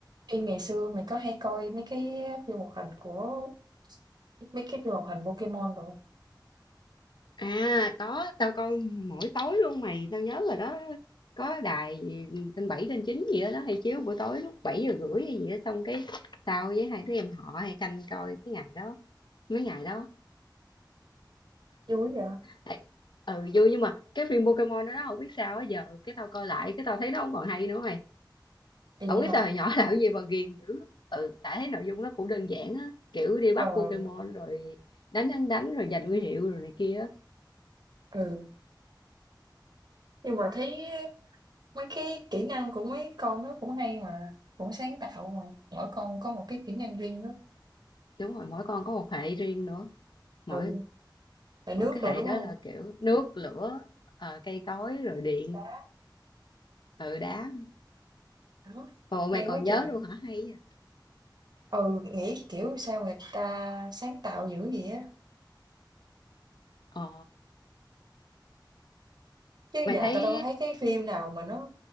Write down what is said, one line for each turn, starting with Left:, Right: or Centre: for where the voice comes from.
Right: Ê, ngày xưa mình có hay coi mấy cái phim hoạt hình của mấy cái phim hoạt hình Pokemon đồ không?
Left: À có, tao coi mỗi tối luôn mày, tao nhớ rồi đó. Có đài kênh 7 kênh 9 gì đó, đó hay chiếu buổi tối lúc 7 giờ rưỡi hay gì đó xong cái tao với hai đứa em họ hay canh coi cái ngày đó, mấy ngày đó.
Right: Vui vậy? À,
Left: Ê, Ừ vui nhưng mà cái phim Pokemon đó, đó không biết sao á, giờ cái tao coi lại cái tao thấy nó không còn hay nữa mày.
Right: vậy
Left: Không
Right: hả?
Left: biết sao hồi nhỏ <laughs> làm cái gì mà ghiền dữ. Ừ tại thấy nội dung nó cũng đơn giản á, kiểu đi
Right: Ờ,
Left: bắt Pokemon rồi đánh đánh đánh rồi giành huy hiệu rồi này kia. á.
Right: ừ, nhưng mà thấy mấy cái kỹ năng của mấy con đó cũng hay mà, cũng sáng tạo mà, mỗi con có một cái kỹ năng riêng đó.
Left: Đúng rồi, mỗi con có một hệ riêng nữa. mỗi
Right: Ừ, hệ
Left: Ủa,
Right: nước
Left: cái
Right: rồi,
Left: hệ
Right: đúng
Left: đó
Right: không?
Left: là kiểu nước lửa ờ, cây cối rồi điện
Right: Đá,
Left: từ đá
Right: đó,
Left: ồ
Right: hay
Left: mày còn
Right: quá
Left: nhớ
Right: trời.
Left: luôn hả hay vậy
Right: Ừ, nghĩ kiểu sao người ta sáng tạo dữ vậy á,
Left: ồ
Right: chứ
Left: mày
Right: giờ
Left: thấy
Right: tao đâu thấy cái phim nào mà nó